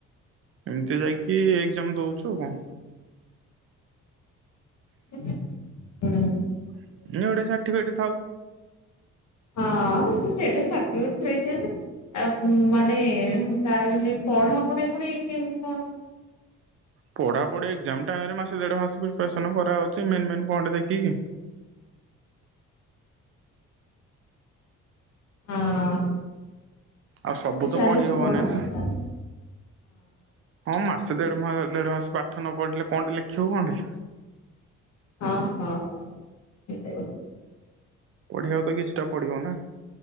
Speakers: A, on the right (about 45°); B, on the left (about 65°).
A: ଏମିତି ଯାଇକି ଏକ୍ଜାମ ଦଉଛୁ ଆଉ କଣ।
B: ହଁ <unintelligible>
A: ଏମିତି ଗୋଟେ ସାଟିଫିକେଟ୍ ଥାଉ।
B: ହଁ ସେଇଟା ସାଟିଫିକେଟ୍ ଦେଇଥିବେ ମାନେ ତାର ପଢାପଢି ପୁଣି କେମତି କଣ?
A: ପଢ଼ାପଢ଼ି ଏକ୍ଜାମ ଟାଇମ ମାସେ ଦେଢ ମାସ ପ୍ରିପାରେସନ୍ କରାେଉଛି ମେନ୍ ମେନ୍ ପଏଣ୍ଟ ଦେଖିକି।
B: ହଁ।
A: ଆଉ ସବୁ
B: ଚାଲିଛି
A: ତ ପଢି ହବନି
B: ପଢାପଢି
A: ନା।
B: ତାର
A: ହଁ ମାସ ଦେଢ ମାସ ଦେଢ ମାସ ପାଠ ନ ପଢିଲେ କଣ ଟେ ଲେଖିବ କଣଟେ।
B: ହଁ ହଁ ସେ
A: ପଢିବାକୁ ତ କିଛିଟା ପଡିବ ନା।